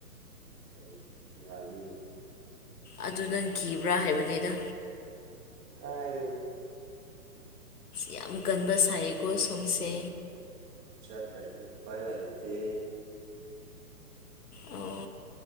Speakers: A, on the right; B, on the left.
A: ꯀꯩꯒꯤ ꯌꯥꯅꯤ
B: ꯑꯗꯨ ꯅꯪ ꯀꯤꯕ꯭ꯔ ꯍꯥꯏꯕꯅꯤꯗ
A: ꯀꯥꯏꯗꯩꯅꫭ
B: ꯌꯥꯝ ꯀꯟꯕ ꯁꯥꯏꯌꯦꯀꯣ ꯁꯣꯝꯁꯦ
A: ꯆꯠꯇ꯭ꯔꯗꯤ ꯎꯄꯥꯏ ꯂꯩꯇꯦ
B: ꯑꯣ